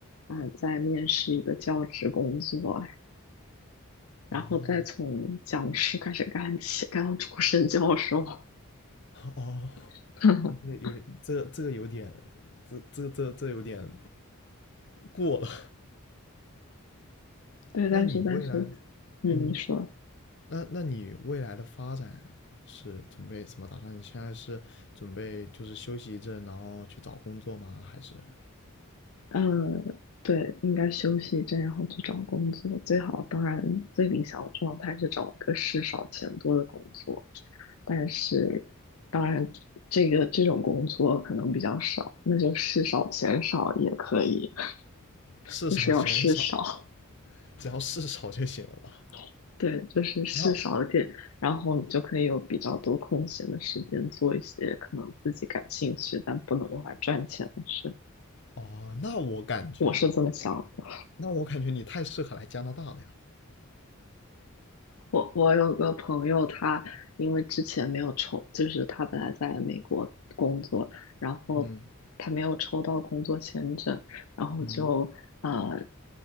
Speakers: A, on the left (about 80°); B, on the left (about 55°).
A: 呃，再面试一个教职工作，
B: 哦，
A: 然后再从讲师开始干起，干到终身教授。
B: 哦，
A: <laughs>
B: 哦，这个有点，这个这个有点，这这这这有点过了。<laughs>
A: 对，
B: 那你未来，
A: 但是但是，嗯，
B: 嗯，
A: 你说，
B: 那那你未来的发展是准备怎么打算？你现在是准备就是休息一阵，然后去找工作吗？还是
A: 嗯，对，应该休息一阵，然后去找工作。最好，当然最理想的状态是找一个事少钱多的工作。但是当然这个这种工作可能比较少，那就事少钱少也可以，<laughs>
B: 事少钱少，
A: 就是要事少，
B: 只要事少就行了吧？
A: <laughs> 对，就是事少一点，
B: 那
A: 然后你就可以有比较多空闲的时间做一些可能自己感兴趣但不能用来赚钱的事，
B: 哦，那我感觉啊，
A: 我是这么想的。
B: 那我感觉你太适合来加拿大了呀。
A: 我我有个朋友，他因为之前没有抽，就是他本来在美国工作，然后他没有抽到工作签证，
B: 嗯
A: 然后就呃，
B: 嗯，